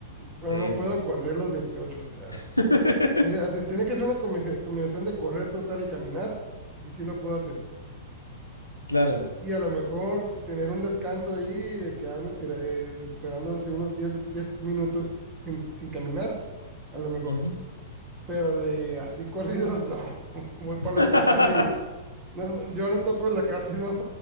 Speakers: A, on the right; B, on the left.
A: pero
B: Sí,
A: no
B: como-
A: puedo correr los veintiocho o sea,
B: <laughs>
A: sería, o sea, tiene que ser una combinación combinación de correr, trotar y caminar, y sí lo puedo hacer.
B: claro.
A: Y, y a lo mejor tener un descanso ahí de quedarme tira- eh, esperando no sé, unos diez diez minutos sin, sin caminar, a lo mejor.
B: Ujú.
A: Pero de así corridos, no. <laughs> Voy para
B: <laughs>
A: el hospital y no, no, yo no toco en la cárcel, no.